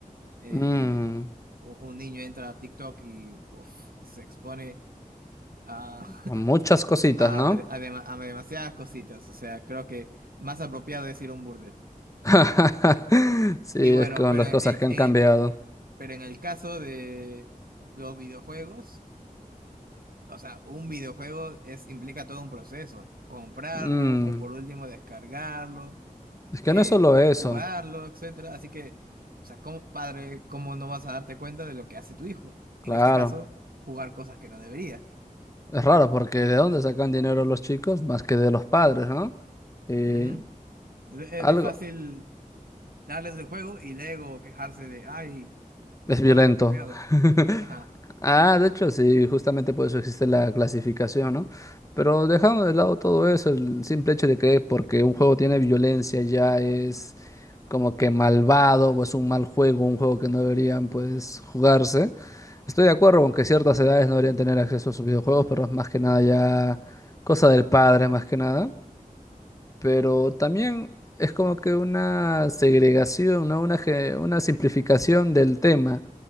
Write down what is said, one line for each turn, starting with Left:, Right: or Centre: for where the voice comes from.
Right: Eh,
Left: Mm,
Right: u- un niño entra a TikTok y uf, se expone a,
Left: muchas
Right: <laughs>
Left: cositas,
Right: a,
Left: ¿no?
Right: a, de- a dema- a demasiadas cositas. O sea, creo que más apropiado es ir a un burdel.
Left: <laughs> Sí,
Right: Y bueno,
Left: es con
Right: pero
Left: las
Right: en
Left: cosas
Right: el,
Left: que han
Right: en
Left: cambiado.
Right: el- pero en el caso de los videojuegos. O sea, un videojuego es, implica todo un proceso. Comprarlo
Left: Mm,
Right: o por último descargarlo,
Left: es que
Right: eh,
Left: no es solo
Right: ju-
Left: eso,
Right: jugarlo, etcétera. Así que, o sea, como padre, ¿cómo no vas a darte cuenta de lo que hace tu hijo?
Left: claro.
Right: En este caso, jugar cosas que no debería.
Left: Es raro porque ¿de dónde sacan dinero los chicos? Más que de los padres, ¿no? Eh,
Right: Ujú. Es, es-
Left: algo.
Right: es fácil darles el juego y luego quejarse de, ay,
Left: Es
Right: juego
Left: violento.
Right: inapropiado.
Left: <laughs>
Right: Ajá.
Left: Ah, de hecho, sí, justamente por eso existe la clasificación, ¿no? Pero dejando de lado todo eso, el simple hecho de que porque un juego tiene violencia ya es como que malvado o es un mal juego, un juego que no deberían pues jugarse. Estoy de acuerdo con que ciertas edades no deberían tener acceso a sus videojuegos, pero es más que nada ya cosa del padre, más que nada pero también es como que una segregación, ¿no? Una, ge- una simplificación del tema.